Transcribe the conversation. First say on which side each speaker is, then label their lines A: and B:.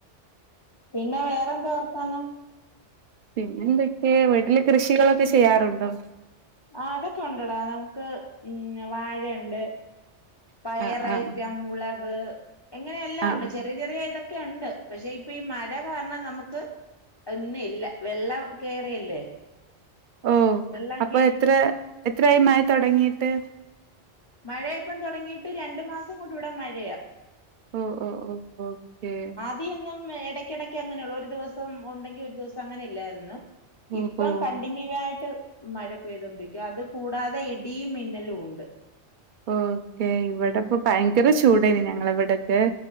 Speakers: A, on the left (about 25°); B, on the right (about 50°).
A: പിന്നെ വേറെന്താ വർത്താനം
B: പിന്നെ എന്തെക്കെ വീട്ടില് കൃഷികളൊക്കെ ചെയ്യാറുണ്ടോ
A: ആഹ് അതൊക്കെ ഉണ്ടെടാ നമുക്ക് ഉം വാഴയുണ്ട് പയറൈറ്റം
B: ആ ആ
A: മുളക് അങ്ങനെ എല്ലാം
B: ആ
A: ഒണ്ട് ചെറി യ ചെറിയ ഇതൊക്കെയുണ്ട് പക്ഷെ ഇപ്പ ഈ മഴ കാരണം നമുക്ക് ഒന്നും ഇല്ല വെള്ളം കേറി എല്ലേ
B: ഓഹ്
A: വെള്ളം
B: അപ്പൊ എത്രെ എത്രയായി മയ തൊടങ്ങീട്ട്
A: മഴയിപ്പം തൊടങ്ങീട്ട് രണ്ടു മാസം കൊണ്ട് ഇവിടെ മഴയാ
B: ഓഹ് ഓഹ് ഓഹ് ഓക്കേ
A: തീയൊന്നും എടയ്ക്കെടക്ക് അങ്ങനെയൊള്ളു ഒരു ദിവസം ഉണ്ടെങ്കി ഒരു ദിവസം അങ്ങനെ ഇല്ലായിരുന്നു
B: ഓഹോ
A: ഇപ്പം കണ്ടിന്യൂവായിട്ട് മഴ പെയ്തോണ്ടിരിക്കാ അത് കൂടാതെ ഇടിയും മിന്നലും ഉണ്ട്
B: ഓക്കേ ഇവടെ ഇപ്പൊ ഭയങ്കര ചൂടായിന് ഞങ്ങളെ ഇവടെക്കെ